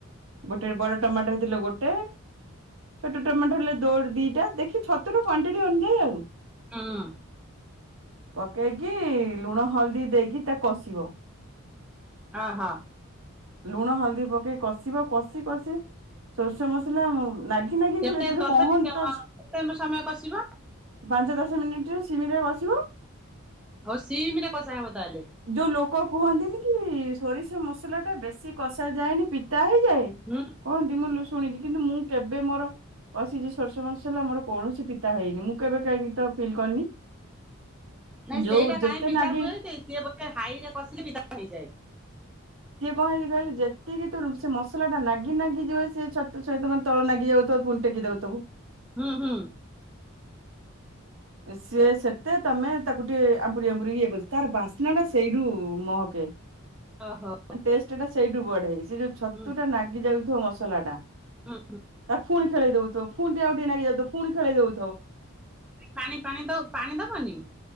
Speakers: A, on the right (about 70°); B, in the centre.
A: ଗୋଟେ ବଡ ଟମାଟୋ ହେଇଥିଲ ଗୋଟେ ଛୋଟ ଟମାଟୋ ହେଲେ ଦୋର ଦିଟା ଦେଖି ଛତୁର କ୍ଵଣ୍ଟିଟି ଅନୁଯାଇ ଆଉ
B: ହୁଁ
A: ପକେଇକି ଲୁଣ ହଳଦୀ ଦେଇକି ତା କଷିବ
B: ଆହୋ।
A: ଲୁଣ ହଳଦୀ ପକେଇ କଷିବ କଷି କଷି ସୋର୍ଷ ମସଲା ଲାଗି ନାଗି
B: କେତେ
A: ନାଗି ଗଲେ
B: ତଥାପି
A: କହନନ୍ତି
B: ଅ,
A: ତ
B: କେତେ ସମୟ କଷିବ
A: ପାଞ୍ଚ ଦଶ ମିନିଟରେ ସିମିରେ ବସିବ
B: ଆଉ ସିମ୍ ରେ କଷା ହବ ତାହେଲେ
A: ଯୋଉ ଲୋକ କୁହନ୍ତିନି କି ଥୋରି ସେ ମସଲା ଟା ବେଶୀ କଷ ଯାଏନି ପିତା ହେଇଯାଏ
B: ହୁଁ
A: କହନ୍ତି ମୁଁ ଶୁଣିଛି କିନ୍ତୁ ମୁଁ କେବେ ମୋର କସିଚି ସୋର୍ଷ ମସ ହେଲା ମୋର କୌଣସି ପିତା ହେଇନି ମୁଁ କେବେ କାହିଁକି ତ ଫିଲ୍ କରିନି।
B: ହ ନାଇଁ
A: ଯୋଉ
B: ସେଇଟା କାହିଁ
A: ଯେତେ
B: ପିତା
A: ନାଗି
B: ହୁଏ। ସିଏ ବୋ ହାଇରେ କଷିଲେ ପିତା ହେଇଯାଏ।
A: ସିଏ କଣ ହେଇଛି କହିଲେ ଯେତିକି ତୁଣ ସେ ମସଲା ଟା ନାଗି ନାଗିଯିବ ସ ଛତ ସତ ମାନେ ତଳ ନାଗି ଯାଉଥିବ ବୁ ଫୁଣି ଟେକି ଦୋଉଥିବୁ।
B: ହୁଁ ହୁଁ।
A: ସିଏ ସେତେ ତମେ ତାକୁ ଟିକେ ଆମ୍ପୁରି ଆମ୍ପୁରି ଇଏ କରିଚ ତାର ବାସ୍ନା ଟା ସେଇରୁ-ଉ-ଉ ମହକେ। ହ
B: ଓହୋ
A: ଟେଷ୍ଟ ଟା ସେଇଠୁ ବଢେ ସେ ଯୋଉ ଛତୁ
B: ହୁଁ
A: ଟା ନାଗି ଯାଉଥିବ ମସଲା ଟା।
B: ହୁଁ
A: ତା ପୁଣି ଖେଳେଇ ଦଉଥିବ ପୁଣି ଟିକେ ଆଉ ଟିକେ ନାଗି ଯାଉଥିବ ପୁଣି ଖେଳେଇ ଦଉ
B: ପାଣି ପାଣି ଦ, ପାଣି ଦବନି?